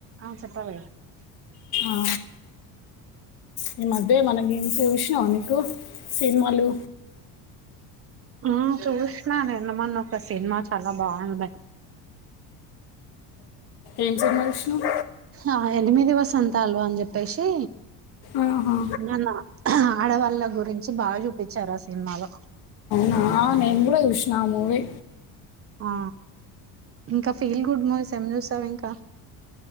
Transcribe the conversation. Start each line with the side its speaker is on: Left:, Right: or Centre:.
Right: ఆ చెప్పావే
Left: ఆ నే మధ్య మన గేమ్స్ చూసినావు నీకు సినిమాలు
Right: ఆ చూసినాను నిన్నమన్నా ఒక సినిమా చాలా బాగుండ
Left: ఏం సినిమా చూసావు
Right: ఆ ఎనిమిది వసంతాలు అని చెప్పేసి
Left: ఆహా,
Right: నానా ఆడవాళ్ళ గురించి బాగా చూపించారు ఆ సినిమాలో
Left: నానును కూడా కూడా విష్ నా మూవీ
Right: ఆ ఇంకా ఫీల్ గుడ్ మూవీస్ ఏం చూస్తావు ఇంకా